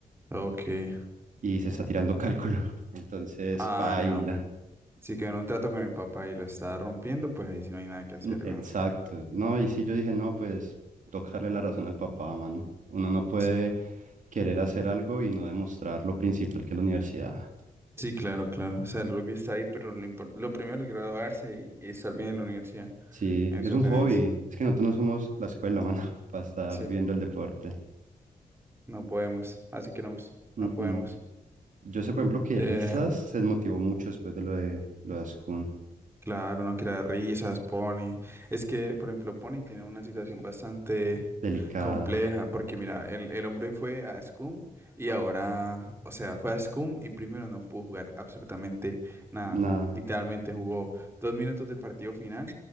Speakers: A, on the right; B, on the right.
A: Ok.
B: Y se está tirando cálculo. <laughs> Entonces,
A: Ah,
B: baila.
A: no, pero si quedó en un trato con el papá y lo está rompiendo, pues ahí sí no hay nada que hacer,
B: Mm, Exacto,
A: weón.
B: no, y si yo dije, no, pues tocarle la razón al papá, mano. Uno no puede
A: Sí,
B: querer hacer algo y no demostrar lo principal que es la universidad.
A: sí, claro, claro. O sea, el rugby está ahí, pero lo, impor- lo primero es graduarse y, y estar bien en la universidad.
B: Sí,
A: Eso
B: es un
A: tenés.
B: hobby, es que nosotros no somos la escuela, mano, <laughs> para estar
A: Sí.
B: viendo el deporte.
A: No podemos, así queremos, no
B: Mm,
A: podemos.
B: mm. Yo sé, por ejemplo, que
A: Eh,
B: Risas se desmotivó mucho después de lo de, lo de Ascun.
A: Claro, no quiera risas, Pony. Es que, por ejemplo, Pony tiene una situación bastante
B: Delicada,
A: compleja, porque mira, el, el hombre fue a SCUM y ahora, o sea, fue a SCUM y primero no pudo jugar absolutamente nada.
B: nada,
A: Literalmente jugó dos minutos del partido final